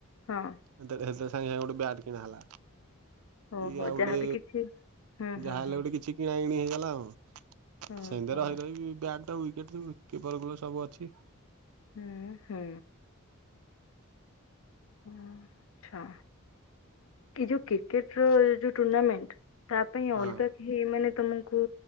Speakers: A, on the left; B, on the right.
A: ହଁ।
B: <unintelligible> ସାଙ୍ଗେ ସାଙ୍ଗେ ଗୋଟେ ବ୍ୟାଟ୍ କିଣାଣ ହେଲା।
A: ଓହୋ
B: କି ଆଉ
A: ଯାହାବି
B: ଗୋଟେ
A: କିଛି ହୁଁ ହୁଁ
B: ଯାହା ହେଲେ
A: ହୁଁ
B: ଗୋଟେ କିଛି କିଣା କିିଣି ହେଇଗଲା ଆଉ
A: ଓହୋ
B: ସେମିତି ରହି ରହି ବି‌ ବ୍ୟାଟ ତ ୱିକେଟ ବି କିପର ଗ୍ଲୋସ ସବୁ ଅଛି।
A: ହୁଁ ହୁଁ ହୁଁ ଆଛା ଯୋଉ କ୍ରିକେଟ ର ଯୋଉ ଟୁର୍ଣ୍ଣାମେଣ୍ଟ ତା ପାଇଁ ଅଲଗା
B: ହଁ।
A: ହ ମାନେ ତମକୁ